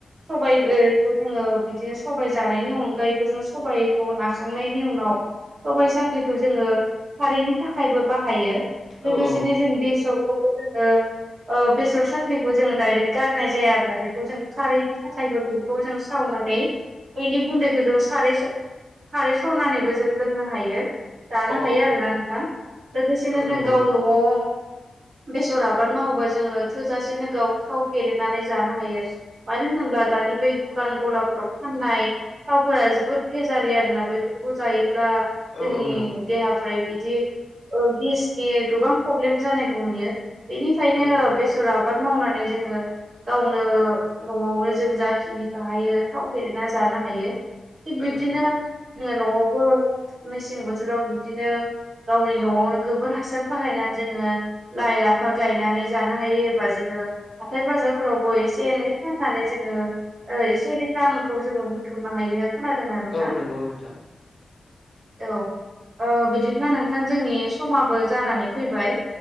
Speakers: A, on the right; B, on the left.
A: सबाइबो खौ जोङो बिदिनो सबाइ जानायनि अनगायैबो जों सबाइखौ नास्रांनायनि उनाव सबाइ साख्लिखौ जोङो खारैनि थाखायबो बाहायो। लोगोसेनो
B: औ औ।
A: जों बेसरखौबो जोङो ओ बेसर साख्लिखौ जों डाइरेक्ट गारनाय जाया आरो ना बेखौ जों खारैनि थाखायबो बेखौ जों साव नानै बैनि गुन्दैखौ जों सारै सा-खारै सरनानैबो जों लोंनो हायो जानो
B: औ
A: हायो आरोना नोंथां। लोगोसेनो
B: औ
A: जों
B: नंगौ
A: गावनो
B: नोंथां
A: <unintelligible> बेसर आबाद मावोबा जोङो थोजासेनो गाव थाव फेरेदनानै जानो हायो मानो होनोब्ला दानि बै दुखान गलाफोराव फाननाय थावफोरा जोबोद भेजालि आरोना बैफोरखौ जायोब्ला जोंनि
B: औ औ नंगौ नोंथां
A: देहाफोरा बिदि ओ गेसटिक गोबां प्रब्लेम जानायखौ नुयो बेनिखायनो
B: औ औ
A: बेसर आबाद मावनानै जोङो गावनो न'आवनो जों जाखिनिखोहायो थाव फेरेदना जानो हायो। थिग बिद्बिनो
B: औ नंगौ
A: जोङो न'आवबो मेसें बोथोराव बिब्दिनो गावनि न'आवनो गोबोर हासार बाहायनानै जोङो लाइ लाफा गायनानै जानो हायो एबा जोङो हाथाइ बाजारफोरावबो ए से एनै फाननानै जोङो ओ एसे एनै रांखौ जोङो बुथुमनो हायो। खोनादोंना नोंथां
B: औ नंगौ नोंथां।
A: औ ओ बिदिब्ला नोंथां जोंनि समाबो जानानै फैबाय